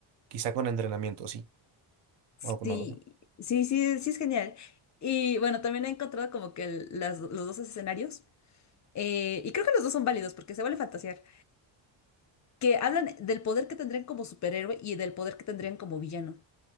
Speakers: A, on the right; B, on the left.
A: quizá con entrenamiento, sí.
B: Sí,
A: O no lo sé.
B: sí, sí, sí es genial. Y bueno, también he encontrado como que el- las- los dos escenarios, eh, y creo que los dos son válidos porque se vale fantasear, que hablan del poder que tendrían como superhéroe y del poder que tendrían como villano.